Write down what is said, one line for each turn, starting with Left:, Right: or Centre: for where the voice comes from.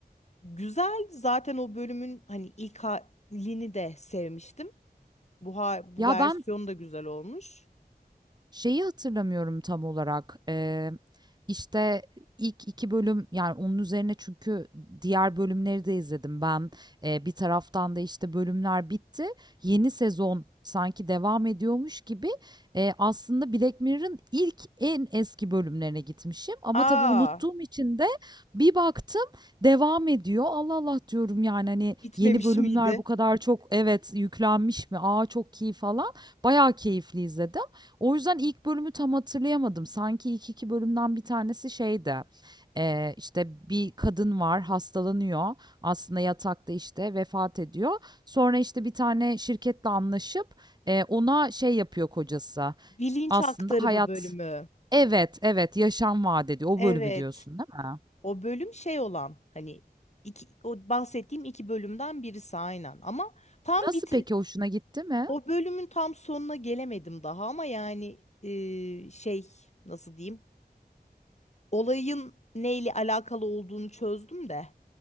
Left: Güzel zaten o bölümün hani ilk halini de sevmiştim. Bu, ha- bu
Right: Ya
Left: versiyon
Right: ben
Left: da güzel olmuş.
Right: Şeyi hatırlamıyorum tam olarak. Eee, işte ilk 2 bölüm yani onun üzerine çünkü diğer bölümleri de izledim ben. Eee, bir taraftan da işte bölümler bitti. Yeni sezon sanki devam ediyormuş gibi. eee, aslında Black Mirror'ın ilk en eski bölümlerine gitmişim. Ama
Left: Aa,
Right: tabii unuttuğum için de bir baktım devam ediyor. Allah Allah diyorum yani hani
Left: bitmemiş
Right: yeni bölümler
Left: miydi?
Right: bu kadar çok evet yüklenmiş mi? Aa çok iyi falan. Bayağı keyifli izledim. O yüzden ilk bölümü tam hatırlayamadım. Sanki ilk 2 bölümden bir tanesi şeydi, eee, işte, bir kadın var, hastalanıyor. Aslında yatakta, işte, vefat ediyor. Sonra, işte, bir tane şirketle anlaşıp, eee, ona şey yapıyor kocası,
Left: Bilinç
Right: aslında
Left: aktarımı
Right: hayat
Left: bölümü.
Right: Evet, evet, yaşam vaat ediyor. O
Left: Evet.
Right: bölümü diyorsun, değil mi?
Left: O bölüm şey olan hani iki, o bahsettiğim iki bölümden birisi aynen. Ama tam
Right: Nasıl
Left: bit
Right: peki, hoşuna gitti mi?
Left: o bölümün tam sonuna gelemedim daha ama yani e, şey nasıl diyeyim? Olayın neyle alakalı olduğunu çözdüm de